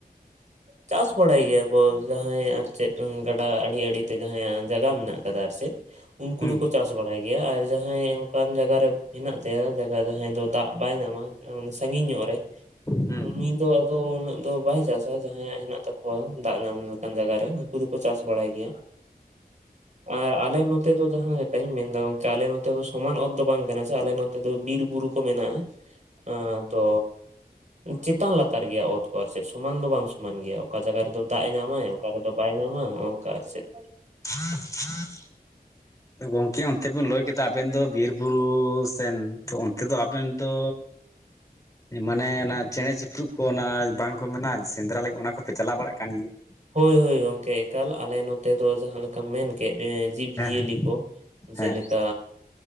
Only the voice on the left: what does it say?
ᱦᱩᱸ
ᱦᱩᱸ
<inaudible>
ᱜᱚᱝᱠᱮ ᱚᱱᱛᱮ ᱵᱮᱱ ᱞᱟᱹᱭ ᱠᱮᱫᱟ ᱟᱵᱮᱱ ᱫᱚ ᱵᱤᱨᱵᱩᱨᱩ ᱥᱮᱱ ᱛᱚ ᱚᱱᱛᱮ ᱫᱚ ᱟᱵᱮᱱ ᱫᱚ ᱢᱟᱱᱮ ᱚᱱᱟ ᱪᱮᱬᱮ ᱪᱮ ᱪᱩᱯᱨᱩᱵ ᱠᱚ ᱚᱱᱟ ᱵᱟᱝᱠᱚ ᱢᱮᱱᱟ ᱥᱮᱸᱫᱽᱨᱟ ᱞᱟᱹᱜᱤᱫ ᱚᱱᱟ ᱠᱚᱯᱮ ᱪᱟᱞᱟᱣ ᱵᱟᱲᱟᱜ ᱠᱟᱱ ᱜᱮᱭᱟ?
ᱦᱮᱸ
ᱦᱮᱸ